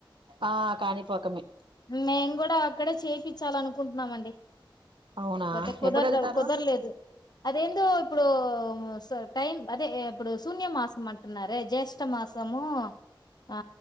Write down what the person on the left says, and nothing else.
మేం కూడా అక్కడే చెయ్ పిచ్చాలనుకుంటున్నామండి
పోతే కుదర్డ్
కుదర్లేదు అదేందో ప్పుడు స్ టైం అదే ఎ ఇప్పుడు శూన్య మాసం అంటున్నారే జ్యేష్ట మాసము ఆ